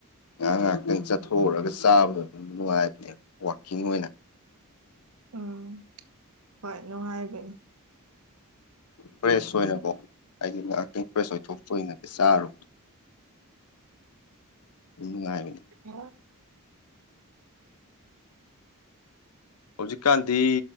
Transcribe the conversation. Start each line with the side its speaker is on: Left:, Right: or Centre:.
Left: ꯉꯥꯏꯍꯥꯛ ꯉꯥꯏꯍꯥꯛꯇꯪ ꯆꯠꯊꯣꯛꯎꯔꯒ ꯆꯥꯕꯗꯣ ꯑꯗꯨꯝ ꯅꯨꯡꯉꯥꯏꯕꯅꯦꯕ ꯋꯥꯛꯀꯤꯡ ꯑꯣꯏꯅ
Right: ꯎꯝ ꯍꯣꯏ ꯅꯨꯡꯉꯥꯏꯕꯅꯤ
Left: ꯐ꯭ꯔꯦꯁ ꯑꯣꯏꯅꯀꯣ ꯍꯥꯏꯗꯤ ꯉꯥꯏꯍꯥꯛꯀꯤ ꯐ꯭ꯔꯦꯁ ꯑꯣꯏꯊꯣꯛꯄ ꯑꯣꯏꯅ ꯆꯥꯔꯣ ꯗꯨꯝ ꯅꯨꯡꯉꯥꯏꯕꯅꯤ
Right: <unintelligible>
Left: ꯍꯧꯖꯤꯛꯀꯥꯟꯗꯤ